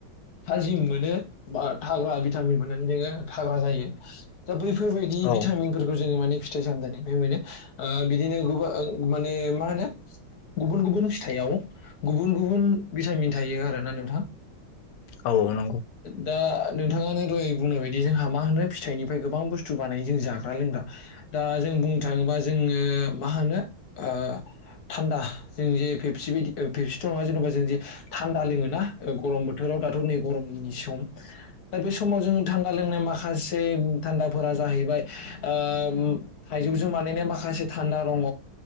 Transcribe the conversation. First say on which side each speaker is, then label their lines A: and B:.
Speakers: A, on the left; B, on the left.
A: थाजिम मोनो बा थाग्रा भिटामिन मोननानै जोङो था ग्रा जायो दा बैफोरबायदि
B: औ
A: भिटामिनफोरखौ जोङो माने फिथाइ सामथाइनिफ्राय मोनो ओ बिदिनो गुबां माने मा होनो गुबुन गुबुन फिथाइयाव गुबुन गुबुन भिटामिन थायो आरोना नोंथां।
B: औ नंगौ।
A: दा नोंथाङानो दय बुंनाय बायदि जोंहा मा होनो फिथाइनिफ्राय गोबां बुस्थ थु बानाय जों जाग्रा लोंग्रा दा जों बुंनो थाङोबा जोङो मा होनो ओ थान्दा जों जे फेबसि बायदि फेबसिथ‌ नङा जेनबा जों जे थान्दा लोङोना गरम बोथोराव राव दाथ नै गरमनि सम दा बे समाव जोङो थान्दा लोंनाय माखासे था फोरा जाहैबाय ओ थाइजौजों बानायनाया माखासे थान्दा दङ